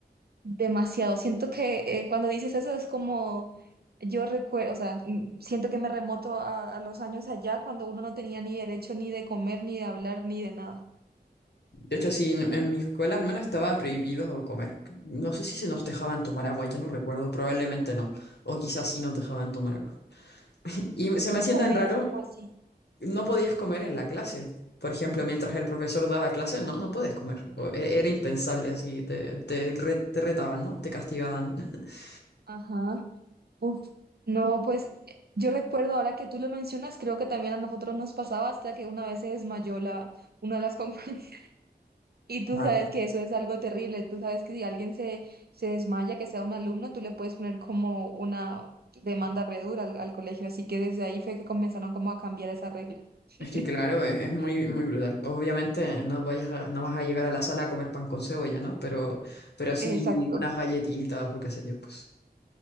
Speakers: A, on the right; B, on the left.
A: demasiado? Siento que eh, cuando dices eso es como, yo recuerdo, o sea, mm, siento que me remoto a, a los años allá cuando uno no tenía ni derecho ni de comer, ni de hablar, ni de nada.
B: De hecho, sí, en, en mi escuela al menos estaba prohibido comer. No sé si se nos dejaban tomar agua, ya no recuerdo, probablemente no, o quizás sí nos dejaban tomar agua.
A: No
B: Y
A: podían
B: se me hacía
A: comer,
B: tan raro
A: como así?
B: no podías comer en la clase. Por ejemplo,
A: Uf,
B: mientras el profesor daba clase, no, no puedes comer. O e- Era impensable, así te, te re- te retaban, ¿no? Te castigaban. <laughs>
A: ajá. Uf, no, pues yo recuerdo ahora que tú lo mencionas, creo que también a nosotros nos pasaba hasta que una vez se desmayó la, una de las compañeras. <laughs> Y tú
B: Ah,
A: sabes que eso es algo terrible. Tú sabes que si alguien se, se desmaya, que sea un alumno, tú le puedes poner como una demanda re dura al, al colegio. Así que desde ahí fue que comenzaron como a cambiar esa regla. <laughs>
B: Es que claro, es, es muy, muy brutal. Obviamente no vayas a- no vas a llegar a la sala a comer pan con cebolla, ¿no? Pero, pero sí
A: Exacto.
B: unas galletitas o qué sé yo, pues.